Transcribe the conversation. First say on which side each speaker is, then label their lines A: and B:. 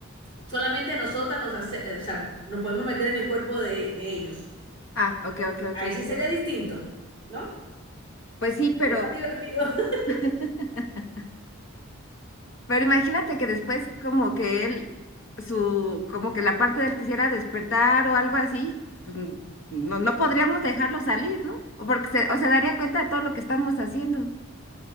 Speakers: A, on the left; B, on the left.
A: Solamente nosotras nos hace- eh, o sea, nos podemos meter en el cuerpo de, de ellos.
B: Ah, ok, ok, ok.
A: Ahí sí
B: sí.
A: sería distinto, ¿no?
B: Pues sí, pero,
A: Es más divertido. <laughs>
B: <laughs> pero imagínate que después como que él, su, como que la parte de él quisiera despertar o algo así, pues n- no, no podríamos dejarlo salir, ¿no? O porque se, o se daría cuenta de todo lo que estamos haciendo.